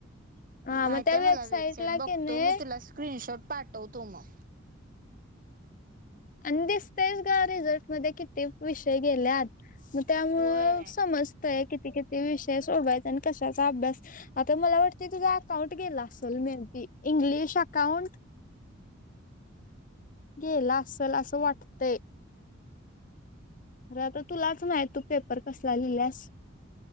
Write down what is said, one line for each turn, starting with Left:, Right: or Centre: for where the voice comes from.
Left: हा
Right: माहितय
Left: मग त्या वेबसाईट
Right: मला वेबसाइट
Left: ला
Right: बघतो
Left: कि नाही
Right: मी तुला स्क्रीनशॉट पाठवतो मग.
Left: आणि दिसतेयस ग रिझॉर्ट मध्ये किती विषय गेलेत. त्यामुळं
Right: होय
Left: समजतय किती किती विषय सोडवायचा आणि कशाचा अभ्यास आता मला वाटते तुझा अकाउंट गेला असेल मेहती इंग्लिश अकाउंट गेला असल असं वाटतंय. अरे आता तुलाच माहित तू पेपर कसला लिहिल्यास.